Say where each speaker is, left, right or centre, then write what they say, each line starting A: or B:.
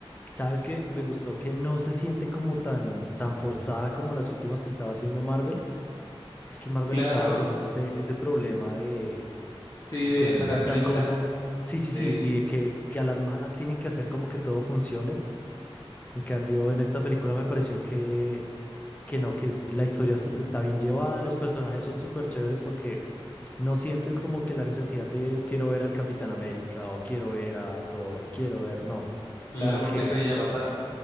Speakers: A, on the left; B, on the left.
A: Sabes que me gustó que no se siente como tan, tan forzada como las últimas que estaba haciendo Marvel. Es que Marvel
B: Claro,
A: estaba teniendo ese, ese problema de,
B: sí,
A: de
B: de
A: tener
B: sacar
A: tanta
B: películas.
A: cosa. Sí,
B: Sí,
A: sí, sí, y de que, que a las malas tienen que hacer como que todo funcione. En cambio, en esta película me pareció que, que no, que es- la historia es- está bien llevada, los personajes son súper chéveres porque no sientes como que la necesidad de quiero ver al Capitán América o quiero ver a Thor, o quiero ver, no, sino
B: claro, porque
A: que,
B: eso ya pasaron.